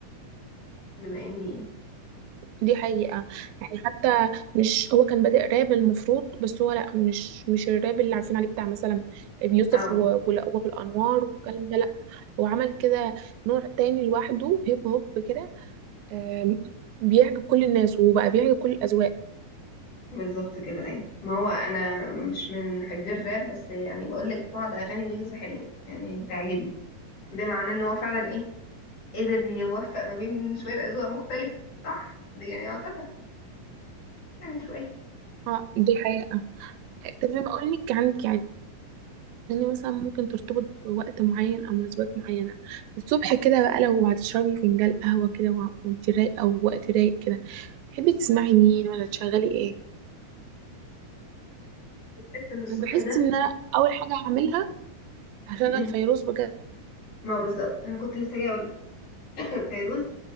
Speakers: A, on the left; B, on the right.
A: بما اني
B: دي حقيقة يعني حتى مش هو كان بادئ راب المفروض بس هو لا مش مش الراب اللي عارفين عليه بتاع مثلا بيوسف
A: اه
B: و- ولا- وابو الانوار والكلام ده لا هو عمل كده نوع تاني لوحده هيب هوب كده آم، بيعجب كل الناس وبقى بيعجب كل الاذواق
A: بالظبط كده ايوه ما هو انا مش من محبي الراب بس يعني بقولك بعض اغاني ويجز حلوة يعني بتعجبني ده معناه ان هو فعلا ايه قدر يوفق ما بين شوية اذواق مختلفة صح ده يعني يعتبر يعني شوية
B: اه دي حقيقة طب بما اقول لك عنك يعني يعني مثلا ممكن ترتبط بوقت معين او مناسبات معينه الصبح كده بقى لو هتشربي فنجان قهوه كده وع- وانت رايقه ووقت رايق كده تحبي تسمعي مين ولا تشغلي ايه
A: تحس ان الصبح
B: انا بحس
A: ده
B: ان انا اول حاجه هعملها هشغل
A: مم.
B: فيروز بجد
A: ما هو بالظبط انا كنت لسه جايه اقول <coughs> فيروز